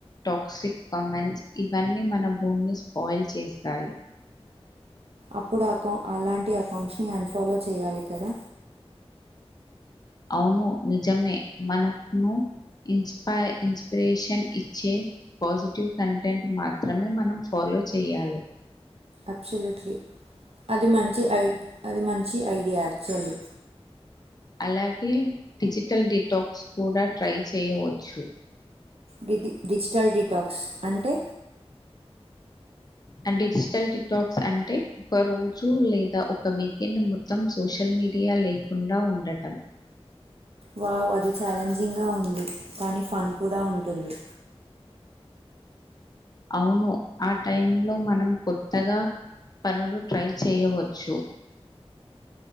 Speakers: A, on the left; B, on the right.
A: టాక్సిక్ కమెంట్స్ ఇవన్నీ మన భూమిని స్పాయిల్ చేస్తాయి
B: అప్పుడు అకౌ అలాంటి అకౌంట్స్ని అన్ఫాలో చేయాలి కదా
A: అవును నిజమే మనకును ఇస్ ఇన్స్పిరేషన్ ఇచ్చే పాజిటివ్ కంటెంట్ మాత్రమే మనం ఫాలో చేయాలి
B: అబ్సల్యూట్లీ అది మంచి ఐ అది మంచి ఐడియా యాక్చువల్లీ
A: అలాగే డిజిటల్ డిటాక్స్ కూడా ట్రై చేయవచ్చు
B: డిజి డిజిటల్ డిటాక్స్ అంటే
A: అంటే డిజిటల్ డిటాక్క్స్ అంటే ఒక రోజు లేదా ఒక వీకెండ్ మొత్తం సోషల్ మీడియా లేకుండా ఉండటం
B: వావ్ అది ఛాలెంజింగ్గా ఉంది కానీ ఫన్ కూడా ఉంటుంది
A: అవును ఆ టైమ్ లో మనం కొత్తగా పనులు ట్రై చేయవచ్చు